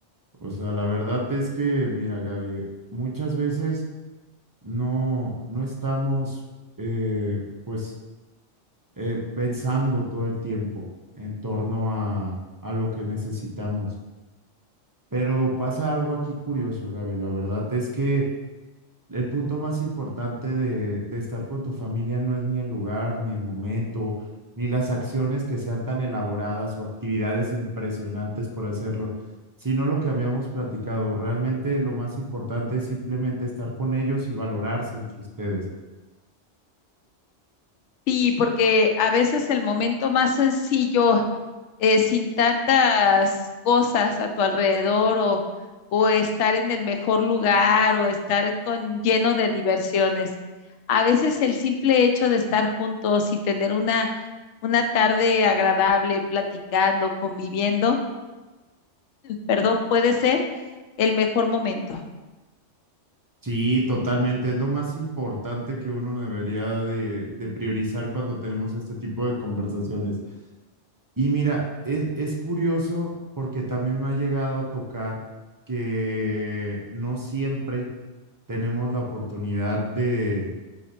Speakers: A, on the right (about 30°); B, on the left (about 75°).
A: O sea, la verdad es que, mira, Gaby, muchas veces no, no estamos, eh, pues, eh, pensando todo el tiempo en torno a, a lo que necesitamos. Pero pasa algo aquí curioso, Gaby. La verdad es que el punto más importante de, de estar con tu familia no es ni el lugar, ni el momento, ni las acciones que sean tan elaboradas o actividades impresionantes por hacerlo, sino lo que habíamos platicado. Realmente lo más importante es simplemente estar con ellos y valorarse entre ustedes.
B: Sí, porque a veces el momento más sencillo, eh, sin tantas cosas a tu alrededor o, o estar en el mejor lugar o estar con lleno de diversiones. A veces el simple hecho de estar juntos y tener una, una tarde agradable, platicando, conviviendo, perdón, puede ser el mejor momento.
A: Sí, totalmente. Es lo más importante que uno debería de, de priorizar cuando tenemos este tipo de conversaciones Y mira, es, es curioso porque también me ha llegado a tocar que no siempre tenemos la oportunidad de,